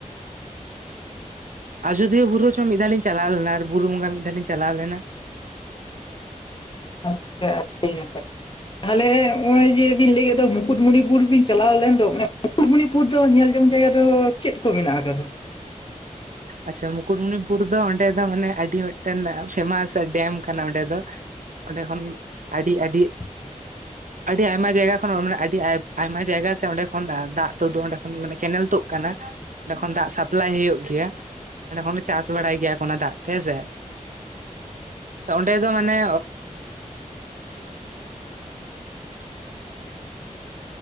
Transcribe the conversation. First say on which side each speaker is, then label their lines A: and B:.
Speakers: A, on the right (about 75°); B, on the left (about 40°).
A: ᱟᱡᱚᱫᱤᱭᱟᱹ ᱵᱩᱨᱩ ᱪᱚᱝ ᱢᱤᱜᱫᱷᱟ ᱞᱤ ᱪᱟᱞᱟᱣ ᱞᱮᱱᱟ ᱟᱨ ᱵᱩᱨᱩ ᱵᱚᱸᱜᱟ ᱢᱤᱫ ᱫᱷᱟ ᱞᱤᱧ ᱪᱟᱞᱟᱣ ᱞᱮᱱᱟ᱾
B: ᱟᱪᱪᱷᱟ ᱟᱹᱰᱤ ᱱᱟᱯᱟᱭ᱾ ᱛᱟᱦᱚᱞᱮ ᱱᱚᱸᱜᱼᱚᱭ ᱡᱮ ᱵᱤᱱ ᱞᱟᱹᱭ ᱮᱫ ᱫᱚ ᱢᱩᱠᱩᱴᱢᱩᱱᱤᱯᱩᱨ ᱵᱤᱱ ᱪᱟᱞᱟᱣ ᱞᱮᱱ ᱫᱚ ᱢᱟᱱᱮ ᱢᱩᱠᱩᱴᱢᱩᱱᱤᱯᱩᱨ ᱫᱚ ᱧᱮᱞ ᱡᱚᱝ ᱡᱟᱭᱜᱟ ᱫᱚ ᱪᱮᱫ ᱠᱚ ᱢᱮᱱᱟᱜ ᱠᱟᱫᱟ?
A: ᱟᱪᱪᱷᱟ ᱢᱩᱠᱩᱴᱢᱩᱱᱤᱯᱩᱨ ᱫᱚ ᱚᱸᱰᱮ ᱫᱚ ᱢᱟᱱᱮ ᱟᱹᱰᱤ ᱢᱤᱫᱴᱮᱱ ᱯᱷᱮᱢᱟᱥ ᱰᱮᱢ ᱠᱟᱱᱟ ᱚᱸᱰᱮ ᱫᱚ ᱚᱸᱰᱮ ᱠᱷᱚᱱ ᱟᱰᱤ ᱟᱰᱤ
B: <inaudible>
A: ᱟᱹᱰᱤ ᱟᱭᱢᱟ ᱡᱟᱭᱜᱟ ᱠᱷᱚᱱ ᱟᱹᱰᱤ ᱟᱭ ᱟᱭᱢᱟ ᱡᱟᱭᱜᱟ ᱥᱮ ᱚᱸᱰᱮ ᱠᱷᱚᱱ ᱫᱟᱜ ᱛᱩᱫᱩᱜ ᱚᱸᱰᱮ ᱠᱷᱚᱱ ᱢᱟᱱᱮ ᱠᱮᱱᱮᱞ ᱛᱩᱜ ᱠᱟᱱᱟ᱾ ᱚᱸᱰᱮ ᱠᱷᱚᱱ ᱫᱟᱜ ᱥᱟᱯᱞᱟᱭ ᱦᱩᱭᱩᱜ ᱜᱮᱭᱟᱢ, ᱚᱸᱰᱮ ᱠᱷᱚᱱ ᱞᱮ ᱪᱟᱥ ᱵᱟᱲᱟᱭ ᱜᱮᱭᱟ ᱠᱚ ᱚᱱᱟ ᱫᱟᱜ ᱛᱮ ᱦᱮᱸᱥᱮ ᱛᱚ ᱚᱸᱰᱮ ᱫᱚ ᱢᱟᱱᱮ